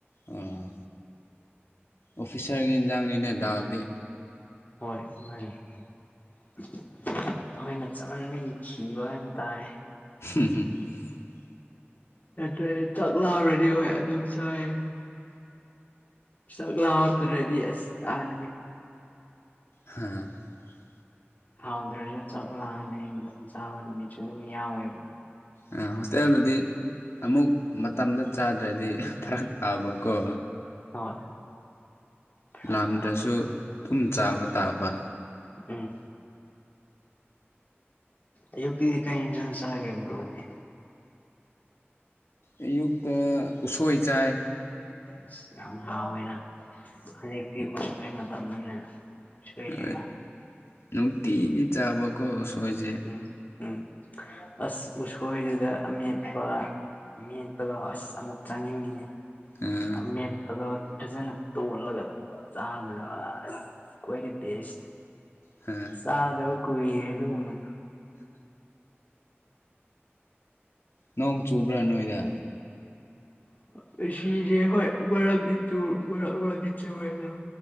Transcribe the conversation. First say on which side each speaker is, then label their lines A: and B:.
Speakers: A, on the left; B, on the left.
A: ꯑꯣ ꯑꯣꯐꯤꯁꯥꯔꯒꯤ ꯏꯟꯖꯥꯡꯅꯤꯅꯦ ꯗꯥꯜꯗꯤ
B: ꯍꯣꯏ ꯃꯥꯅꯤ ꯑꯩꯈꯣꯏꯅ ꯆꯃꯟꯕꯒꯤ ꯈꯤꯕ ꯍꯥꯏꯕ ꯇꯥꯔꯦ
A: <unintelligible>
B: ꯅꯠꯇ꯭ꯔꯦ ꯑꯩꯆꯥꯛ ꯂꯥꯝꯔꯦꯅꯦ ꯍꯣꯏ ꯑꯗꯨꯝ ꯆꯥꯏ ꯆꯥꯛ ꯂꯥꯃꯛꯇ꯭ꯔꯗꯤ ꯑꯁ <inaudible>
A: <unintelligible>
B: ꯍꯥꯎꯗ꯭ꯔꯁꯨ ꯆꯥꯛ ꯂꯥꯝꯕꯅꯤ ꯑꯗꯨꯝ ꯆꯥꯕ ꯅꯨꯃꯤꯠꯁꯨ ꯑꯗꯨꯝ ꯌꯥꯎꯋꯦꯕ
A: ꯑ ꯍꯣꯁꯇꯦꯜꯗꯗꯤ ꯑꯃꯨꯛ ꯃꯠ ꯇꯝꯗ ꯆꯥꯗ꯭ꯔꯗꯤ ꯐ꯭ꯔꯛ ꯇꯥꯕꯀꯣ
B: ꯍꯣꯏ ꯐꯔꯛ
A: ꯂꯥꯝꯗ꯭ꯔꯁꯨ
B: ꯇꯥꯕꯅꯦ
A: ꯑꯗꯨꯨꯝ ꯆꯥꯕ ꯇꯥꯕ
B: ꯎꯝ ꯑꯌꯨꯛꯀꯤꯗꯤ ꯀꯩ ꯏꯟꯁꯥꯡ ꯆꯥꯒꯦ ꯕ꯭ꯔꯣꯗꯤ
A: ꯑꯌꯨꯛ ꯇ ꯎꯁꯣꯏ ꯆꯥꯏ
B: ꯑꯁ ꯌꯥꯝ ꯍꯥꯎꯋꯦꯅ ꯍꯧꯖꯤꯛꯇꯤ ꯎꯁꯣꯏ ꯃꯇꯝꯅꯤꯅ ꯎꯁꯣꯏꯁꯤꯒ
A: ꯍꯣꯏ ꯅꯨꯡꯇꯤꯒꯤ ꯆꯥꯕꯀꯣ ꯎꯁꯣꯏꯁꯦ
B: ꯎꯝ ꯎꯝ ꯑꯁ ꯎꯁꯣꯏꯗꯨꯗ ꯑꯃꯦꯠꯄ ꯃꯦꯠꯄꯗꯣ ꯑꯁ ꯑꯃꯨꯛ ꯆꯥꯅꯤꯡꯉꯤ
A: ꯑꯥ
B: ꯑꯃꯦꯠꯄꯗꯣ ꯐꯖꯅ ꯇꯣꯠꯂꯒ ꯆꯥꯕꯗꯣ ꯑꯁ ꯈ꯭ꯋꯥꯏꯗꯩ ꯕꯦꯁ
A: ꯍꯥ
B: ꯆꯗꯕ ꯀꯨꯏꯔꯦ ꯑꯗꯨꯒꯨꯝꯕꯗꯣ
A: ꯅꯣꯡ ꯆꯨꯕ꯭ꯔꯥ ꯅꯣꯏꯗ
B: <inaudible> ꯍꯣꯢ ꯃꯔꯛꯗꯤ ꯆꯨ ꯃꯔꯛ ꯑꯃꯗꯤ ꯆꯨꯔꯦ ꯗꯛ